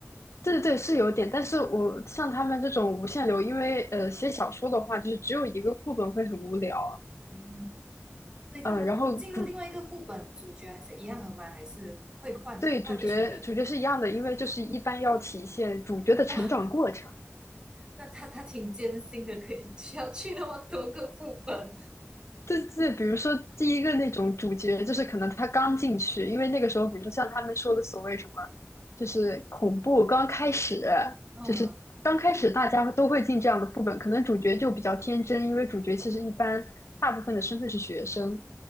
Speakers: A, on the left; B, on the right.
A: 对对对，是有点，但是我像他们这种无限流，因为呃写小说的话，就是只有一个副本会很无聊，
B: 嗯，所以他们进入另外一个副本，
A: 呃，然后主
B: 主角还是一样的吗？还是会换换一群人？
A: 对主角主角是一样的，因为就是一般要体现主角的成长过程。
B: 哇，那他他挺艰辛的，可以需要去那么多个副本，
A: 对对，比如说第一个那种主角，就是可能他刚进去，因为那个时候，比如说像他们说的所谓什么，就是恐怖刚开始，
B: 嗯。
A: 就是刚开始大家都会进这样的副本，可能主角就比较天真，因为主角其实一般大部分的身份是学生。